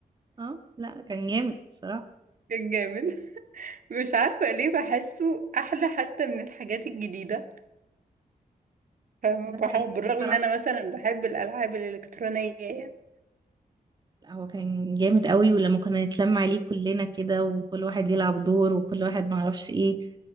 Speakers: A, on the right; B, on the right.
A: اه لا كان جامد الصراحة
B: كان جامد <laughs> مش عارفه ليه بحسه احلى حتى من الحاجات الجديده فاهمه
A: ده
B: بحب
A: حقيقي
B: بالرغم
A: الصراحة
B: ان انا مثلا بحب الالعاب الالكترونيه يعني
A: لا هو كان جامد قوي ولما كنا نتلم عليه كلنا كده وكل واحد يلعب دور وكل واحد معرفش ايه